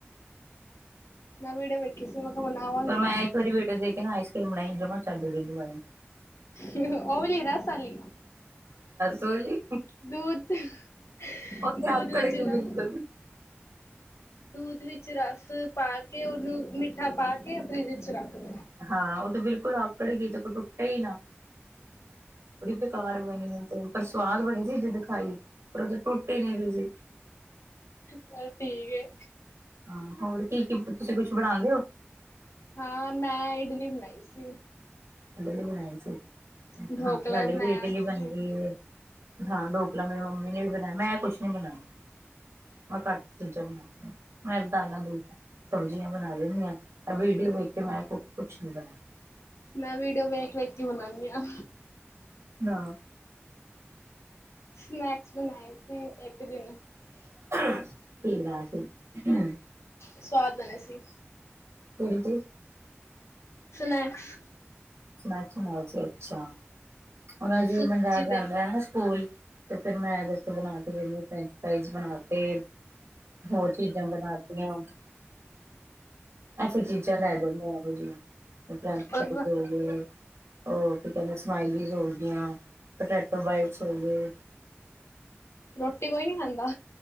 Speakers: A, on the left (about 85°); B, on the right (about 75°).
A: ਮੈਂ ਵੀਡੀਓ ਵੇਖੀਂ ਸੀ ਮੈਂ ਕਿਹਾ ਬਣਾਵਾਂਗੀ
B: ਪਰ ਮੈਂ ਇੱਕ ਵਾਰੀ ਵੀੇਡੀਓ ਦੇਖ ਨਾ ਆਈਸ ਕ੍ਰੀਮ ਬਣਾਾਈ ਜਮਾਂ ਚਜ ਦੀ ਨੀ ਬਣੀ
A: ਹੰ ਹੰ ਓਵਾਲੀ ਰਸ ਆਲੀ
B: ਤੋਲੀ
A: ਦੂਧ ਹੰ
B: ਤੇ
A: ਦੂਧ
B: ਆਕੜ
A: ਵਿੱਚ
B: ਗਈ
A: ਰਸ
B: ਬਿਲਕੁਲ।
A: ਦੂਧ ਵਿੱਚ ਵਿੱਚ ਰਸ ਪਾ ਕੇ ਉਹਨੂੰ ਮਿੱਠਾ ਪਾ ਕੇ ਫਰਿਜ ਵਿੱਚ ਰੱਖ ਦੋ
B: ਹਾਂ ਉਹ ਤੇ ਬਿਲਕੁਲ ਆਕੜ ਗਈ ਤੇ ਟੁਟ ਟੁਟੇ ਹੀ ਨਾ ਬੜੀ ਬੇਕਾਰ ਬਣੀ ਆ ਪਰ ਸਵਾਦ ਬੜੀ ਸੀ ਜਿਦ ਦਿਖਾਈ ਪਰ ਉਹ ਟੁੱਟ ਨਹੀਂ ਰਹੀ ਸੀ
A: ਬਸ ਠੀਕ ਏ
B: ਹਾਂ ਹੋਰ ਕੀ ਕੀ ਤੁਸੀਂ ਕੁਛ ਬਣਾਉਦੇ ਹੋ
A: ਹਾਂ ਮੈਂ ਇਡਲੀ ਬਣਾਈ ਸੀ
B: ਇਡਲੀ ਬਣਾਈ ਸੀ
A: ਢੋਕਲਾ
B: ਹਾਂ ਸਾਡੇ
A: ਹੀ ਬਣਾਇਆ
B: ਵੀ ਇਡਲੀ ਬਣਦੀਂ
A: ਸੀ।
B: ਏ ਹਾਂ ਢੋਕਲਾ ਮੇਰੀ ਮੰਮੀ ਨੇ ਵੀ ਬਣਾਇਆ ਮੈਂ ਕੁਛ ਨੀ ਬਣਾਯਾ ਮੈਂ ਘਟ ਚੀਜ਼ਾਂ ਬ ਮੈਂ ਦਾਲਾਂ ਦੁ ਸਬਜ਼ੀਆਂ ਬਣਾ ਦਿੰਦੀ ਆ ਐ ਵੀਡੀਓ ਵੇਖ ਮੈਂ ਕੁਛ ਨੀ ਬਣਾਦੀ
A: ਮੈਂ ਵੀਡੀਓ ਵੇਖ ਵੇਖ ਕੇ ਬਣਾਨੀ ਹਾਂ
B: ਹਾਂ
A: ਸਨੈਕਸ ਬਣਾਏ ਸੀ ਇੱਕ ਦਿਨ
B: <unintelligible> ਹਮ
A: ਸਵਾਦ ਬਣੇ ਸੀ
B: <unintelligible>
A: ਸਨੈਕਸ
B: ਮੈਕਸ ਮੋਲ ਸੀ ਅੱਛਾ ਉਹ ਜੀ
A: ਸੂਜੀ
B: ਮੁੰਡਾ ਜਾਂਦਾ
A: ਦੇ
B: ਹੈ ਨਾ ਸਕੂਲ ਤੇ ਫਿਰ ਮੈਂ ਬਣਾ ਕੇ ਜਿਹੜੀ ਏ ਫਰੈਂਚ ਫਰਾਈਜ਼ ਬਣਾ ਤੇ ਹੋਰ ਚੀਜ਼ਾਂ ਬਣਾਤੀਆਂ ਐਸੇ ਚੀਜ਼ਾਂ ਲੈ ਜਦੇ ਇਹੋ ਜਿਹੀਆਂ <inaudible>
A: ਔਰ
B: ਉਹ ਕੀ ਕਹਿੰਦੇ ਸਮਾਇਲੀਜ ਹੋ ਗਈਆਂ ਪਟੈਟੋ ਬਾਈਟਸ ਹੋ ਗਏ
A: ਰੋਟੀ ਕੋਈ ਨੀ ਖਾਂਦਾ